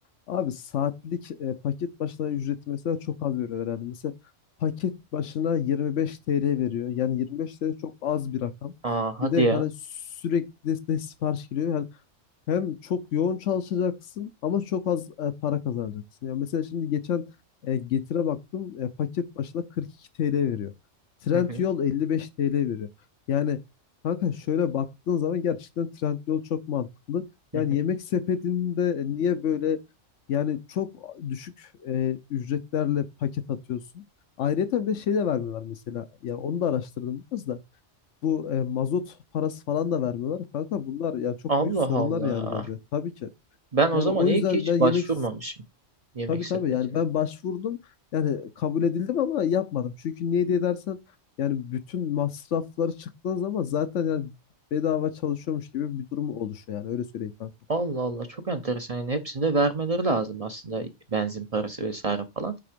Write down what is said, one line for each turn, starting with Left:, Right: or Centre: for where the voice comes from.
Left: Abi saatlik e, paket başına ücreti mesela çok az veriyorlar. Yani mesela paket başına 25 TL veriyor. Yani 25 TL çok az bir rakam.
Right: Aa hadi
Left: Bir de
Right: ya.
Left: hani sürekli de sipariş giriyor. Hem çok yoğun çalışacaksın ama çok az e, para kazanacaksın. Yani mesela şimdi geçen e, Getir'e baktım e, paket başına 42 TL veriyor. Trendyol
Right: Hı hı,
Left: 55 TL veriyor. Yani kanka şöyle baktığın zaman gerçekten Trendyol çok mantıklı.
Right: hı
Left: Yani
Right: hı.
Left: yemek sepetinde niye böyle yani çok düşük e, ücretlerle paket atıyorsun? Ayrıca bir de şey de vermiyorlar mesela. Ya onu da araştırdım biraz da. Bu e, mazot parası falan da vermiyorlar. Kanka bunlar ya çok
Right: Allah
Left: büyük sorunlar
Right: Allah.
Left: yani bence. Tabii ki.
Right: Ben o
Left: Yani
Right: zaman
Left: o
Right: iyi
Left: yüzden
Right: ki hiç
Left: ben yemek
Right: başvurmamışım yemek
Left: tabii
Right: sepetine.
Left: tabii yani ben başvurdum. Yani kabul edildim ama yapmadım. Çünkü niye diye dersen yani bütün masrafları çıktığın zaman zaten yani bedava çalışıyormuş gibi bir durum oluşuyor yani öyle söyleyeyim kanka.
Right: Allah Allah çok enteresan. Yani hepsinde vermeleri lazım aslında benzin parası vesaire falan.